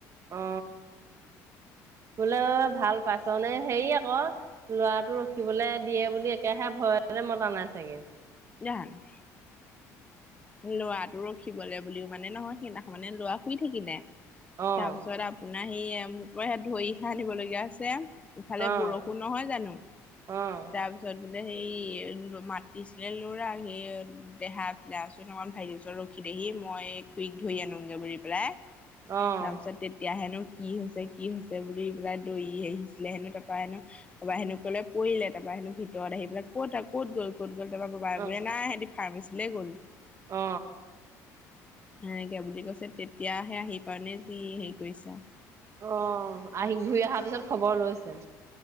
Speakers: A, on the right; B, on the left.
A: অ বোলে ভাল পাইছ নে হেৰি আক লৰাটো ৰখিবলে দিয়ে বুলি একেৰাহে ভয়তে মতা নাই চাগে
B: জান লৰাটো ৰখিবলে বুলিও মানে নহয় সেইদিনাখন মানে লৰা শুই থাকিলে
A: অ',
B: তাৰপিছত আপোনাৰ সি মোৰ পৰা সেত ধৰিহে আনিবলগীয়া হৈছে ইফালে
A: অ',
B: বৰষুণ নহয় জানো
A: অ',
B: তা তাপিছত বোলে সেই মাতিছিলে লৰা সেই দেহাক তাৰপিছত অকনমান ভাইটি ওচৰত ৰখি দেহি মই খুৰিক ধৰি আনোংগে বুলি পেলাই তাৰপিছত
A: অ',
B: তেতিয়াহেনো কি হৈছে কি হৈছে বুলি পেলাই দৌৰি আহিছিলে হেনো তাৰপৰা হেনো তাৰপৰা হেনো কলে পৰিলে তাৰপৰা হেনো ভিতৰত আহি পেলাই ক'ত কত গল কত গল তাৰপৰা বাবাই
A: অ',
B: বোলে নাই সেঁতি ফাৰ্মাচীলে গ'ল
A: অ
B: সেনেকে বুলি কৈছে তেতিয়াহে আহি পাৱনে যি হেৰি কৰিছে আৱ
A: অ আহি ঘূৰি অহাৰ পিছত খবৰ লৈছে